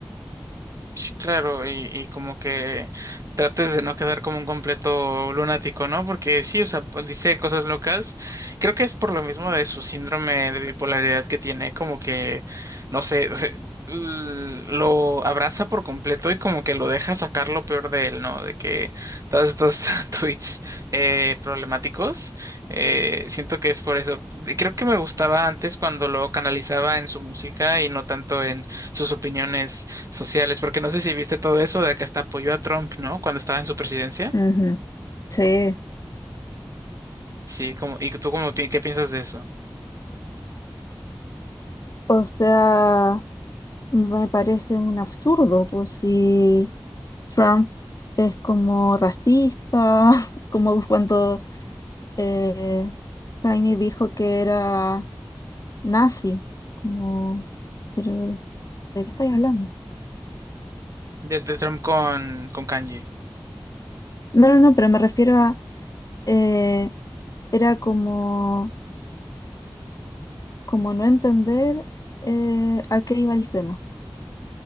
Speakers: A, on the right; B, on the left.
A: Sí, claro, y, y como que trates de no quedar como un completo lunático, ¿no? Porque sí, o sea, pues, dice cosas locas. Creo que es por lo mismo de su síndrome de bipolaridad que tiene, como que, no sé, se- l- lo abraza por completo y como que lo deja sacar lo peor de él, ¿no? De que todos estos <laughs> tweets eh, problemáticos, eh, siento que es por eso. Creo que me gustaba antes cuando lo canalizaba en su música y no tanto en sus opiniones sociales, porque no sé si viste todo eso de que hasta apoyó a Trump, ¿no? Cuando estaba en su presidencia.
B: Ujú, Sí,
A: Sí, como, ¿y tú cómo, pi- qué piensas de eso?
B: O sea, me parece un absurdo, pues si Trump es como racista, <laughs> como cuando eh, Kanye dijo que era nazi, como, pero ¿de qué estáis hablando?
A: De, de Trump con, con Kanye.
B: No, no, no, pero me refiero a, eh, Era como, como no entender eh, a qué iba el tema.